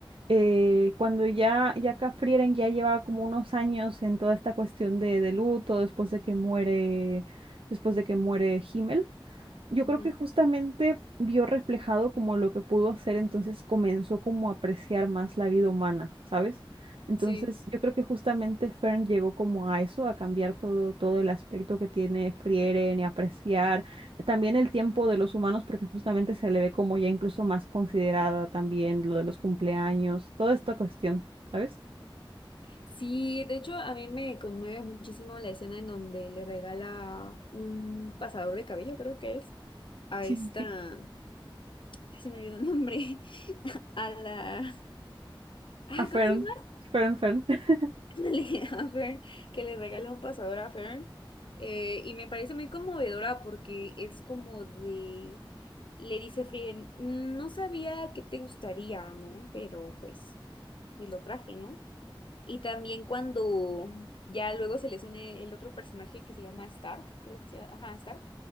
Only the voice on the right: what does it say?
eh, cuando ya, ya Cafrieren ya llevaba como unos años en toda esta cuestión de, de luto, después de que muere, después de que muere Himmel. Yo
creo que justamente vio reflejado como lo que pudo hacer, entonces comenzó como a apreciar más la vida humana, ¿sabes? Entonces
yo creo que justamente Fern llegó como a eso, a cambiar todo, todo el aspecto que tiene Frieren y apreciar también el tiempo de los humanos, porque justamente se le ve como ya incluso más considerada también lo de los cumpleaños, toda esta cuestión, ¿sabes?
Sí,
sí, sí.
A Fern,
Fern, Fern. <laughs>